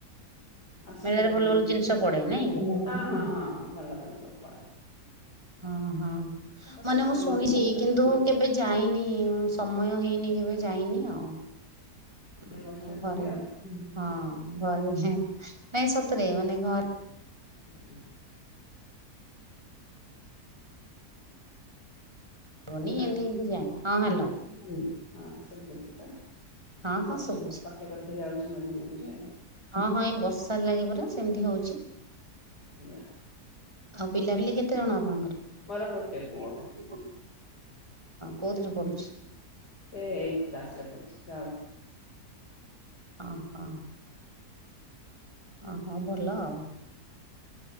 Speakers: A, on the left (about 80°); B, on the right (about 15°).
A: ଆସନ୍ତୁ
B: ମେଳାରେ
A: ଯାତ୍ରା
B: ଭଲ
A: ବୁଲିକି
B: ଭଲ ଜିନିଷ
A: ଯିବେ ଆଉ।
B: ପଡେ ନାଇଁ
A: ହ ହଁ ହଁ ହଁ ଭଲ ଭଲ ସବୁ ପଡେ।
B: ହଁ ହଁ
A: ତ
B: ମାନେ
A: ଶସ୍ତାରେ
B: ମୁଁ ଶୁଣିଛି
A: ମିଳେ ଭଲ ଲାଗେ।
B: କିନ୍ତୁ କେବେ ଯାଇନି ଉଁ ସମୟ ହେଇନି କେବେ ଯାଇନି ଆଉ। ଉଁ
A: ଏ ବର୍ଷ ଆସିବେ
B: ଘରେ
A: ଆଉ ହ୍ୟାଲୋ।
B: ହଁ ଘରେ ହିଁ ନାଇଁ ସତରେ ମାନେ ଘରେ
A: <unintelligible>
B: ହବନି
A: ହ୍ୟାଲୋ।
B: ଏମିତି ହେଇକି ଯାଏନି ହଁ ହ୍ୟାଲୋ
A: ହୁଁ ହଁ ଶୁଭୁଚି ତ
B: ହଁ
A: ଏ
B: ହଁ
A: ବର୍ଷାକୁ
B: ଶୁଭୁଛି।
A: କଟି କଟି ଯାଉଚି ମଝି ମଝିରେ।
B: ହଁ ହଁ ଏଇ ବର୍ଷା ଲାଗି ପରା ସେମିତି ହଉଚି।
A: ଏଇଆ
B: ଆଉ ପିଲାପିଲି କେତେ ଜଣ ଆପଣଙ୍କର?
A: ମୋର ଗୋଟେ ପୁଅ।
B: ହଁ
A: ଗୋଟେଏ
B: କୋଉଥିରେ
A: ପୁଅ
B: ପଢୁଛି?
A: ସେ ଏଇଟ କ୍ଲାସ୍ ରେ ପଢୁଛି ତ ଆଉ।
B: ଅଁ ହଁ। ଅଁ ହଁ ଭଲ ଆଉ।